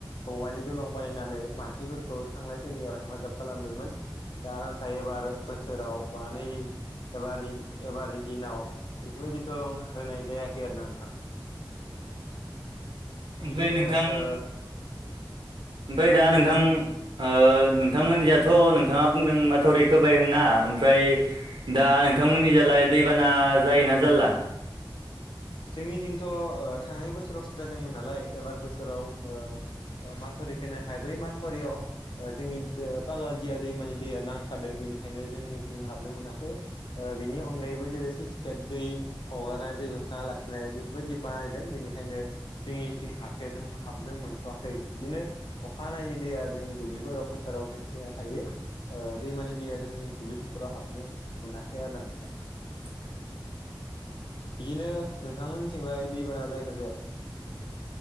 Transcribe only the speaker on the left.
औवानि दलं बानायनानै मानसिफोरखौ थांलाय फैलायाव हेफाजाब खालामदोंमोन। दा नाथाय एबार बोसोराव बा नै एबारनि एबारनि दिनाव बेफोरबायदि दलं होनाय जायाखै आरो ना नोंथां।
बिदिनो
ओ
मा होनदों
जोंनिथिंथ' ओ थांनाय बोसोरावसो जादोंमोन नालाय, एबार बोसोराव ओ ओ माथावरि खोनखाय, बै माथावरियाव ओ जोंनि दो पाग्ला दिया दैमानि दैया नांथादों। बेनिखायनो जोंनिथिं हाबनो मोनाखै। ओ बिनि अनगायैबो जेरै स्लुइसगेट दै हगारनाय दै होबथा लाखिनाय बेफोरबायदि बानायदों बेनिखायनो जोंनिथिं हाबफेर हाबनो मोनथ'वाखै, बिदिनो अखानायै दैया जोंनि दुब्लिफोराव फोथाराव फोथिना थायो। ओ दैमानि दैया जोंनि दुब्लि फोथाराव हाबनो मोनाखै आरो नोंथां।
बिदिनो नोंथांमोननिथिंलाय दैबाना जायो ना जाया?